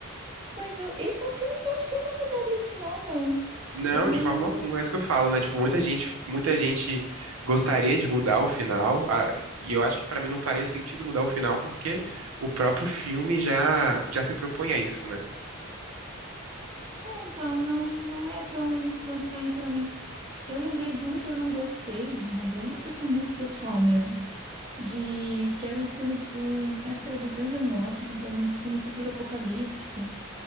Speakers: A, on the right; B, on the right.
A: Mas eu, esse é um filme que eu acho que eu não mudaria o final, não.
B: Não,
A: Eu não.
B: de forma alguma, é isso que eu falo, né? Tipo, muita gente, muita gente gostaria de mudar o final, a- e eu acho que pra mim não faria sentido mudar o final porque o próprio filme já já se propõe a isso, né?
A: Então, não, não é tão, tão estranho pra mim. Eu lembrei de um que eu não gostei, mas aí é uma questão muito pessoal mesmo. De que era um filme do. Acho que era do Denzel Washington, que era tipo no futuro apocalíptico.